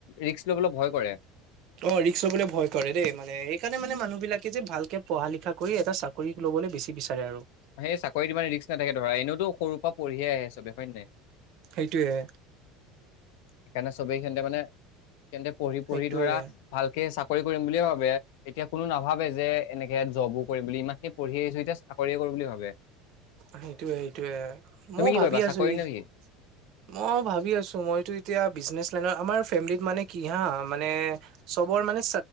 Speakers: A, on the left; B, on the right.
A: ৰিক্স লবলৈ ভয় কৰে। <inaudible>
B: অঁ! ৰিক্স লবলে ভয় কৰে দেই মানে সেইকাৰণে মানে মানুহ বিলাকে যে ভালকে পঢ়া, লিখা কৰি এটা চাকৰি <inaudible> কৰি ল'বলৈ বেছি বিচাৰে আৰু। <inaudible>
A: সেই চাকৰিত ইমান ৰিক্স নাথাকে ধৰা এনেওতো সৰুৰ পৰা পঢ়িয়ে আহে চবে হয় নে নাই? <inaudible>
B: সেইটোৱে। <inaudible>
A: সেইকাৰণে চবেই সিহঁতে মানে সিহঁতে পঢ়ি-পঢ়ি
B: সেইটোয়ে
A: ধৰা <unintelligible> ভালকে চাকৰি কৰিম বুলিয়ে ভাবে এতিয়া কোনো নাভাবে যে <unintelligible> এনেকে জবো কৰিম বুলি ইমানখিনি পঢ়ি আহিছোঁ এতিয়া চাকৰিয়ে কৰিম বুলি ভাবে। <inaudible>
B: সেইটোৱে-সেইটোৱে। ময়ো
A: তুমি কি
B: ভাবি
A: কৰিবা চাকৰি
B: আছো ই
A: নে
B: <unintelligible>
A: কি
B: মই ভাবি আছো মইতো এতিয়া বিজনেচ লাইন আমাৰ ফেমিলত মানে কি হা মানে <inaudible> চবৰ মানে